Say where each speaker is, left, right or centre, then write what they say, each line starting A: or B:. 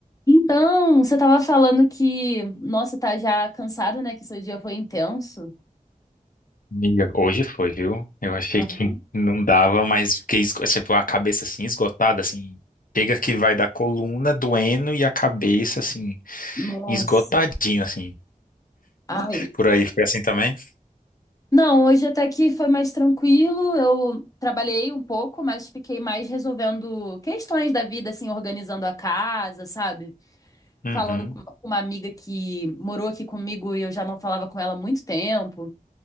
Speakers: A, on the left; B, on the left.
A: Então, você estava falando que, nossa, tá já cansado, né? Que seu dia foi intenso.
B: Amiga, hoje foi, viu? Eu achei
A: Aham.
B: que não dava, mas fiquei esgo- tipo, a cabeça assim esgotada, assim. Chega que vai da coluna doendo e a cabeça assim
A: Nossa.
B: esgotadinha, assim.
A: Ai.
B: Por aí foi assim também?
A: Não, hoje até que foi mais tranquilo. Eu trabalhei um pouco, mas fiquei mais resolvendo questões da vida, assim, organizando a casa, sabe?
B: Uhum,
A: Falando com uma amiga que morou aqui comigo e eu já não falava com ela há muito tempo.